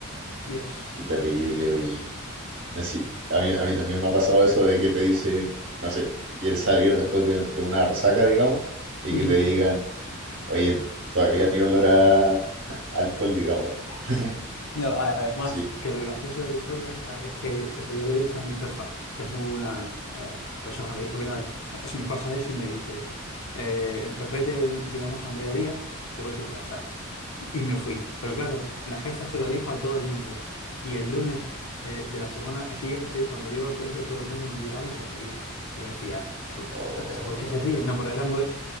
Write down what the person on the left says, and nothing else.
Dios.
Ujú.
Yes. No, a- además,
que lo gracioso de la historia esta es que, o sea, yo le dije a mi jefa, que es muy buena eh, persona, le dije, mira, eso me pasa eso, y me dice, eh, pues vete, digamos, a mediodía, te puedes ir a casa. Y, y me fui. Pero claro, la jefa se lo dijo a todo el mundo. Y el lunes eh, de la semana siguiente, cuando llego al colegio, todo el mundo me miraba y se reía. Y decía, "Uf,
o sea, ¿por qué se ríe? No, pero era en, bu-